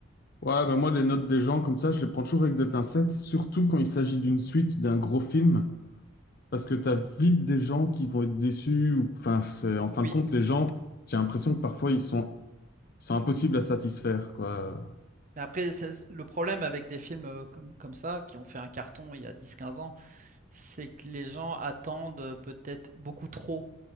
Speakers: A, on the left; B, on the right.
A: ouais, ben moi, les notes des gens, comme ça, je les prends toujours avec des pincettes, surtout quand il s'agit d'une suite, d'un gros film, parce que t'as vite des gens qui vont être déçus, ou, enfin, c'est- en fin
B: Oui,
A: de compte, les gens, j'ai l'impression que parfois, ils sont, ils sont impossibles à satisfaire, quoi.
B: mais après, c'est- c'est- le problème avec des films euh, comme, comme ça, qui ont fait un carton il y a dix quinze ans, c'est que les gens attendent euh, peut-être beaucoup trop